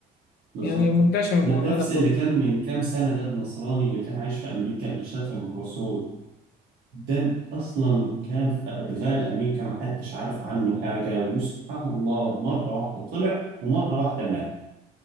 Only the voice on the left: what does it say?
يعني منتشر الموضوع
ده كله